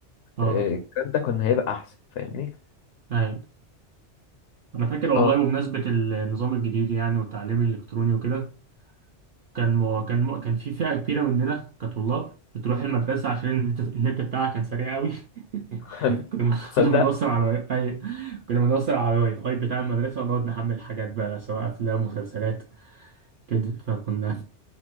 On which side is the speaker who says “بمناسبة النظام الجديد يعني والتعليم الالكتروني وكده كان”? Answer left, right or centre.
Right